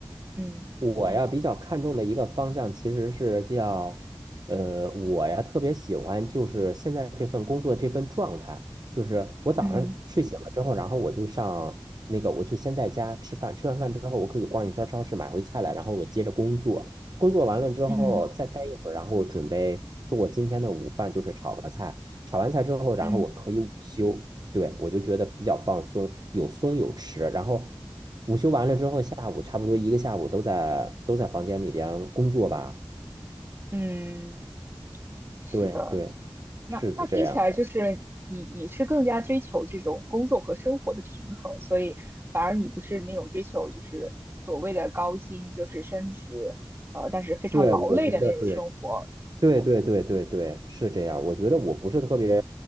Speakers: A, on the right; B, on the right.
A: 嗯
B: 我呀比较看重的一个方向其实是叫，呃，我呀特别喜欢就是现在这份工作这份状态，就是我早上睡醒了之后，
A: 嗯
B: 然后我就上那个我就先在家吃饭，吃完饭之后我可以逛一圈超市买回菜来，然后我接着工作，工作完了之后再待一会儿，
A: 嗯
B: 然后准备做今天的午饭，就是炒个菜，炒完菜之后，然后我可以午休。
A: 嗯
B: 对，我就觉得比较放松，有松有弛。然后午休完了之后，下午差不多一个下午都在都在房间里边工作吧。
A: 嗯，是的。
B: 对对，
A: 那那听起来就是你你是更加追求这种工作和生活的平衡，
B: 是的这样的。
A: 所以反而你不是那种追求就是所谓的高薪，就是升职，呃，但是非常劳累的那种生活。
B: 对，我觉得对对对对对对是这样。我觉得我不是特别